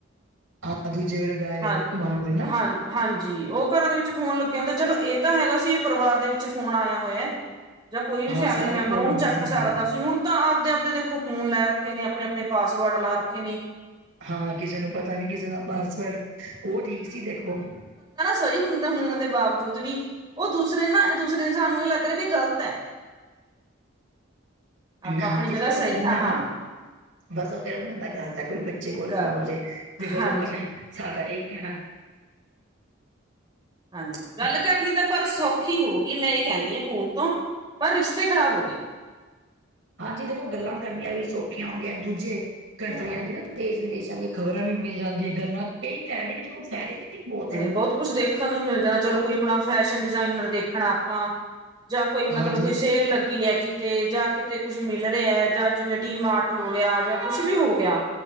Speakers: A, on the right; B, on the right.
A: ਆ, ਦੂਜੇ ਵੇਲੇ ਡਾਇਲ
B: ਹਾਂ
A: ਹੋਜਾਨ ਕੁਮਾਂਨ ਵਾਲੇ ਨਾ।
B: ਹਾਂ ਹਾਂਜੀ, ਉਹ ਘਰਾਂ ਦੇ ਵਿੱਚ ਫੋਨ ਲੱਗੇ ਹੁੰਦੇ ਚਲੋ ਇਹ ਤਾਂ ਹੈਗਾ ਸੀ ਪਰਿਵਾਰ ਦੇ ਵਿੱਚ ਫੋਨ ਆਇਆ ਹੋਇਆ। ਯਾ ਕੋਈ ਵੀ
A: ਹਾਂ
B: ਫੈਮਿਲੀ
A: ਸਾਰੇ
B: ਮੈਂਬਰ
A: ਕੋਲ
B: ਉਹਨੂੰ
A: ਹੁੰਦੇ
B: ਚੱਕ
A: ਸੀ
B: ਸਕਦਾ
A: ਹਾਂ
B: ਸੀ ਹੁਣ ਤਾਂ ਆਪਦੇ-ਆਪਦੇ ਦੇਖੋ ਫੋਨ ਲੈ ਰੱਖੇ ਨੇ ਅਪਣੇ-ਅਪਣੇ ਪਾਸਵਰਡ ਲਾ ਰੱਖੇ ਨੇ।
A: ਹਾਂ, ਕਿਸੇ ਨੂੰ ਪਤਾ ਨੀ ਕਿਸੇ ਦਾ ਪਾਸਵਰਡ, ਉਹ ਠੀਕ ਸੀ ਵੇਖੋ।
B: ਸਈ ਹੁੰਦਾ ਹੋਣ ਦੇ ਬਾਵਜੂਦ ਵੀ ਉਹ ਦੂਸਰੇ ਨਾ, ਦੂਸਰੇ ਇਨਸਾਨ ਨੂੰ ਇਹ ਲਗ ਰਿਆ ਗਲਤ ਐ। ਆਪਾਂ
A: ਨਾ
B: ਆਪਣੀ
A: ਜਿਸ
B: ਜਗ੍ਹਾ
A: ਕੋਲ
B: ਸਹੀ
A: ਫੋਨ ਐ ਨਾ
B: ਹਾਂ
A: ਬਸ ਉਹ ਕਹਿ ਬੰਦਾ ਗ਼ਲਤ ਐ, ਕੋਈ ਬੱਚੇ ਕੋਲ
B: ਗਲ
A: ਫੋਨ ਹੋ ਜੇ ਦੇਖੋ
B: ਹਾਂਜੀ
A: ਲੋਕਾਂ ਨੇ ਸਾਰਾ ਏਹੀ ਕਹਿਣਾ
B: ਹਾਂਜੀ, ਗੱਲ ਕਰਨੀ ਤਾਂ ਪਰ ਸੌਖੀ ਹੋ ਗਈ ਮੈਂ ਇਹ ਕਹਨੀ ਆ ਫੋਨ ਤੋਂ ਪਰ ਰਿਸ਼ਤੇ ਖ਼ਰਾਬ ਹੋ ਗਏ।
A: ਹਾਂਜੀ ਵੇਖੋ ਗੱਲਾਂ ਕਰਨੀਆਂ ਵੀ ਸੌਖੀਆਂ ਹੋ ਗਇਆਂ ਦੂਜੇ ਕਟਰੀਆਂ ਦੀ ਨਾ ਦੇਸ਼-ਵਿਦੇਸ਼ਾਂ ਦੀ ਖ਼ਬਰਾਂ ਵੀ ਮਿਲ ਜਾਂਦੀ ਗੱਲਾਂ ਕਈ ਫ਼ੈਦੇ ਵੀ ਦੇਖੋ ਫ਼ੈਦੇ ਵੀ ਤੇ ਬਹੁਤ ਐ।
B: ਬੌਤ ਕੁੱਛ ਦੇਖ ਸਿਖਣ ਨੂੰ ਵੀ ਮਿਲ ਜਾ, ਚਲੋ ਕੋਈ ਆਪਣਾ ਫੈਸ਼ਨ ਡਿਜ਼ਾਇਨਰ ਦੇਖਣਾ ਆਪਾਂ। ਜਾਂ ਕੋਈ ਮਤਲਬ
A: ਹਾਂਜੀ
B: ਕੋਈ ਸੇਲ ਲੱਗੀ ਏ ਕਿ ਤੇ ਜਾਂ ਕਿਤੇ ਕੁਛ ਮਿਲ ਰਿਹਾ। ਜਾਂ ਜਿਵੇਂ ਡੀ ਮਾਰਟ ਹੋ ਗਿਆ ਯਾਂ ਕੁਛ ਵੀ ਹੋ ਗਿਆ।